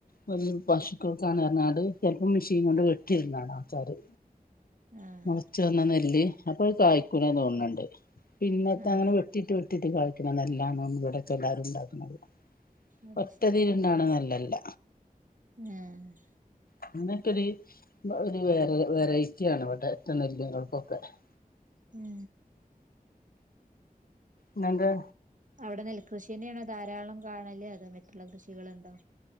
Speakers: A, on the left; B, on the right.
A: പുല്ല് പശുക്കൾക്കാണ് പറഞ്ഞാട് ചെലപ്പോ മെഷീൻ കൊണ്ട് വെട്ടി ഇട്ന്ന കാണാ ആൾക്കാര്
B: ആഹ്
A: മോളച്ച് വന്ന നെല്ല് അപ്പൊ അത് കായ്ക്കൂല തോന്നണ് ണ്ട് പിന്നത്തെ
B: ആഹ്
A: അങ്ങനെ വെട്ടിട്ട് വെട്ടിട്ട് കായ്ക്കുന്ന നെല്ലാണ് ഇവിടൊക്കെ എല്ലാരും ഒണ്ടാക്കണത്
B: അത്
A: ഒറ്റതില്
B: ശരി
A: ഇണ്ടാവണ നെല്ലല്ല
B: ആഹ്
A: അന്നൊക്കൊ ഒരു ഒരു വെറ വെറൈറ്റി ആണ് വ <unintelligible>
B: ഉം
A: ന്നെന്താ
B: അവിടെ നെൽകൃഷിന്നെയാണോ ധാരാളം കാണല് അതോ മറ്റുള്ള കൃഷികളുണ്ടോ